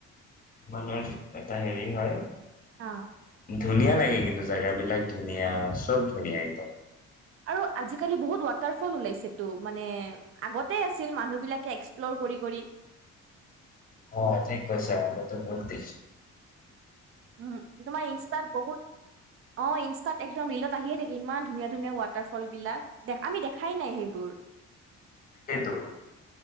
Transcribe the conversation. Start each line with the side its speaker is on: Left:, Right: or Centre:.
Left: মানুহৰ এটা হেৰি হয়।
Right: অ'।
Left: ধুনীয়া লাগে কিন্তু জাগাবলাক ধুনীয়া, চব ধুনীয়া একদম।
Right: আৰু আজিকালি বহুত ৱাটাৰফল ওলাইছেটো মানে আগতে আছিল মানুহ বিলাকে এক্সপ্লৰ কৰি কৰি
Left: অ', ঠিক কৈছে আগতে <unintelligible>
Right: উম, তোমাৰ ইনষ্টাত বহুত, অ', ইনষ্টাত একদম ৰিলত আহিয়ে থাকে ইমান ধুনীয়া ধুনীয়া ৱাটাৰ ফল বিলাক, দে আমি দেখাই নাই সেইবোৰ।
Left: তাকেইতো,